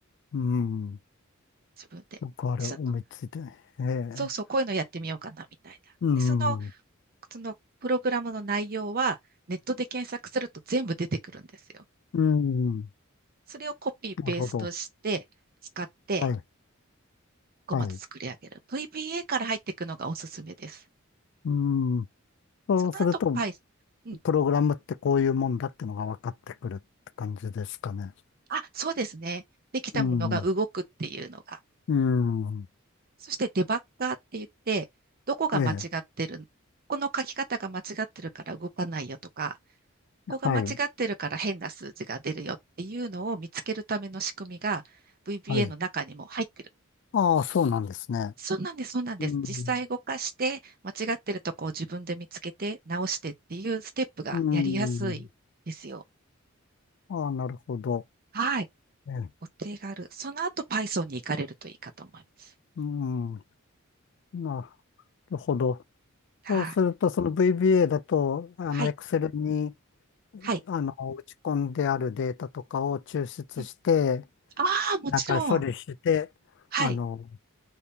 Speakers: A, on the left; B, on the right.
A: うん。
B: 自分で。
A: よくある。
B: その
A: 思いついて。ええ。
B: そうそう、こういうのやってみようかな、みたいな。
A: うん。
B: で、その、そのプログラムの内容は、ネットで検索すると全部出てくるんですよ。
A: うん。
B: それをコピーペーストして、
A: なるほど。
B: 使って、
A: はい。
B: ごまつ作り上げる。
A: はい。
B: v p a から入っていくのがおすすめです。
A: うん。そうすると、
B: その後、はい。うん。
A: プログラムってこういうもんだってのが分かってくるって感じですかね。
B: あ、そうですね。できたものが動くっていうのが
A: うん。うん。
B: そしてデバッガーって言って、どこが間違ってる、
A: ええ。
B: この書き方が間違ってるから動かないよとか、ここが間違ってるから変な数字が出るよっていうのを見つけるための仕組みが
A: はい。
B: VBA
A: はい。
B: の中にも入ってる。
A: ああ、そうなんですね。
B: そうなんです、そうなんです。
A: うん。
B: 実際動かして、間違ってるとこを自分で見つけて直してっていうステップがやりやすいですよ。
A: うん。ああ、なるほど。
B: はい。
A: ええ。
B: お手軽。その後 Python に行かれるといいかと思います。
A: うん。なるほど。
B: はい。
A: そうすると、その VBA だと、あの、
B: はい。
A: Excel に、
B: はい。
A: あの、打ち込んであるデータとかを抽出して、
B: うん、ああ、もちろん。
A: なんか処理して、
B: はい。
A: あの、